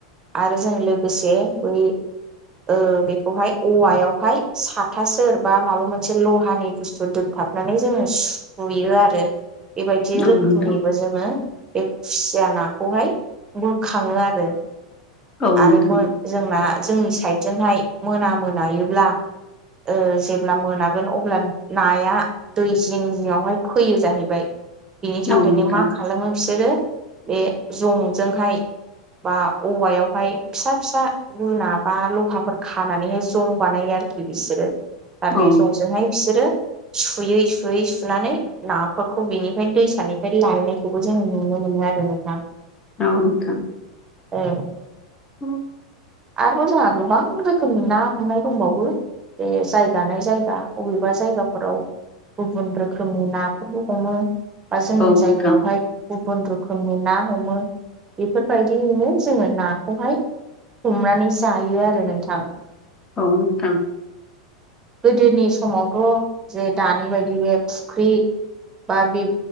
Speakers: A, on the right; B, on the left.
A: आरो जों लोगोसे बै ओ बेखौ हाय औवा यावहाय साथासेर बा माबा मोनसे लहानि बुस्थु द हाबनानै जोङो सुयो आरो। बेबायदि
B: औ
A: रोखोमनिबो
B: नोंथां
A: जोङो बे खुसिया ना खौहाय बोखाङो आरो
B: औ
A: आरो
B: नोंथां
A: मोन जोंना जोंनि साइडजों हाय मोना मोनायोब्ला ओ जेब्ला मोनागोन अब्ला नाया दै जिं जिं आवहाय फैयो जाहैबाय। बिनि थाखायनो
B: औ नोंथां
A: मा खालामो बिसोरो बे जं जोंहाय बा औवायाव हाय फिसा फिसा गुना बा लहाफोर खानानै हाय जं बानायो आरो। आरोखि बिसोरो दा
B: औ
A: जं जोंहाय बिसोरो सुयै सुयै सुनानै ना फोरखौ बिनिफ्राय दैसानिफ्राय लायनायखौबो जों नुनो मोनो। <unintelligible> औ आरो नोंथां
B: औ नोंथां।
A: औ
B: <inaudible>
A: आरोबाव जोंहा गोबां रोखोमनि ना हमनाय दंबावो। बेे जायगानाय जायगा अबेबा जायगाफोराव गुबुन रोखोमनि नाफोरबो हमो। बा जोंनि
B: औ
A: जायगायावहाय
B: नोंथां
A: गुबुन रोखोमनि ना हमो बेफोरबायदियैनो जोङो नाखौहाय हमनानै जायो आरो नोंथां।
B: औ नोंथां
A: गोदोनि समावथ' जे दानि बायदि बे फुख्रि बा बे